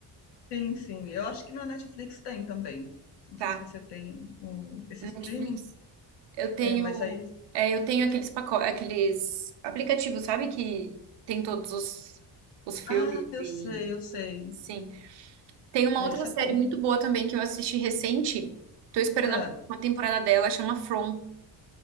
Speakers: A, on the left (about 70°); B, on the right (about 75°).
A: sim, sim. Eu acho que na Netflix tem também. Não
B: tá?
A: sei se você tem o- esse
B: Netflix.
A: streaming,
B: Eu tenho,
A: é, mas aí.
B: é, eu tenho aqueles pacotes, aqueles aplicativos, sabe? Que tem todos os, os filmes
A: Ah, eu
B: e
A: sei, eu sei.
B: sim. Tem uma
A: Ah,
B: outra
A: esse
B: série
A: é bom.
B: muito boa também que eu assisti recente. Tô esperando
A: Ah,
B: a próxima temporada dela, chama From.